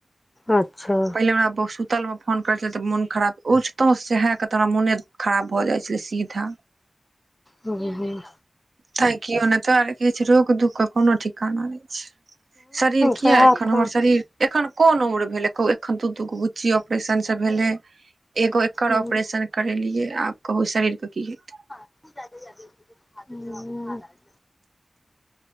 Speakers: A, on the left; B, on the right.
A: अच्छा
B: पहिले हमरा बहु सुतल मे फोन करै छलियै तऽ मुन खराब उठतौ सेहाए कहतऽ हमरा मुने खराब भऽ जाइ छलै सीधा।
A: हूँ-हूँ।
B: तैं कियो नै तऽ आर किहै छै रोग- दुःख ओकर कुनो ठिकाना ने छै, शरीर किया
A: सएह
B: एखन
A: तऽ
B: हमर शरीर एखन कोन उम्र भेलै कहु ए खन दू-दूगो बुच्ची ऑपरेशन से भेलै। एगो एकर
A: हूँ
B: ऑपरेशन करेलियै आब कहु ई शरीर के की हेतै।
A: हुं उ